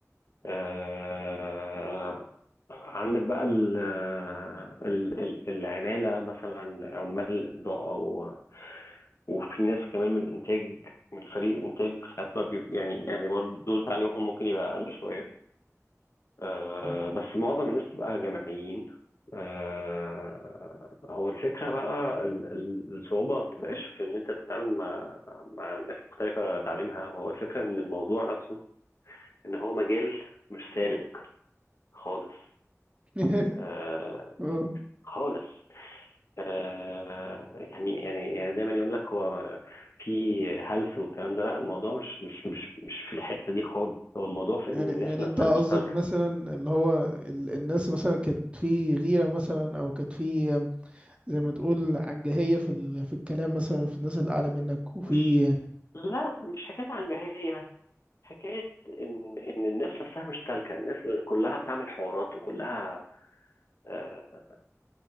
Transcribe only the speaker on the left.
آه عندك بقى ال آه، ال ال العمالة مثلا عمال إضاءة و- وفي ناس كمان من الإنتاج من فريق الإنتاج ساعات ما بي- يعني يعني برضه دول عليهم ممكن يبقى أقل شوية آه،
بس معظم الناس تبقى جماعيين آه، هو الفكرة بقى ال- ال- الصعوبة ما بتبقاش في إن أنت تتعامل مع مع ناس مختلفة تعليمها هو الفكرة إن الموضوع نفسه ان هو مجال مش سالك خالص
آه
خالص آه يعني يعني يعني دايما يقول لك هو في هلس والكلام ده لا الموضوع مش مش مش مش في الحته دي خالص هو الموضوع في
ان الناس
نفسها
مش سالكه
مش لا مش حكايه عنجهيه حكايه ان ان الناس نفسها مش سالكه الناس كلها بتعمل حوارات وكلها آه